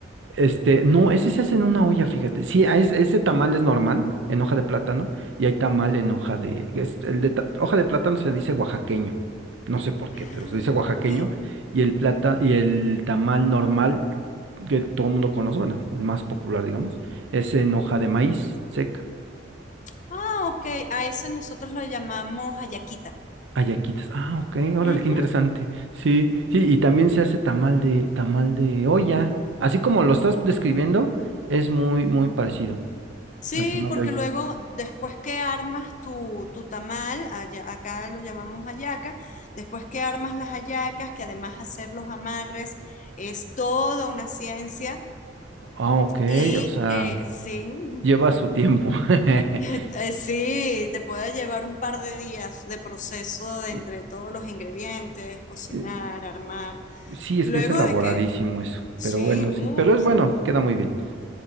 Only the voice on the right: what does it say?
Este, no, ese se hace en una olla,
fíjate. Sí, a es- ese tamal es normal, en hoja de plátano, y hay tamal en hoja de, es- el de ta- hoja de plátano se dice oaxaqueño. No sé por
qué, pero se dice oaxaqueño,
y el plata, y el tamal normal, que todo el mundo conoce, bueno, el más popular, digamos, es en hoja de maíz seca.
Ayaquitas. Ah, ok, órale,
qué interesante. Sí, sí, y también se hace tamal de, tamal de olla. Así como lo estás describiendo, es muy, muy parecido
al tamal
de olla.
Ah, ok,
o sea,
lleva
su tiempo. <laughs>
u-
Eh,
Sí, es
que es elaboradísimo
eso,
pero bueno,
sí. Pero es bueno, queda muy bien.